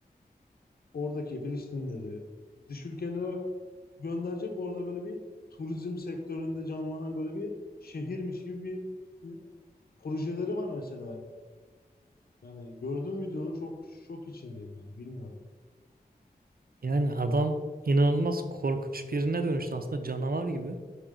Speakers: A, on the left; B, on the right.
A: oradaki Filistinleri dış ülkelere gönderecek. Orada böyle bir turizm sektöründe canlanan böyle bir şehirmiş gibi bir e, projeleri var mesela. Yani gördüğüm videoları çok şok içindeyim yani bilmiyorum.
B: Yani adam inanılmaz korkunç birine dönüştü aslında canavar gibi.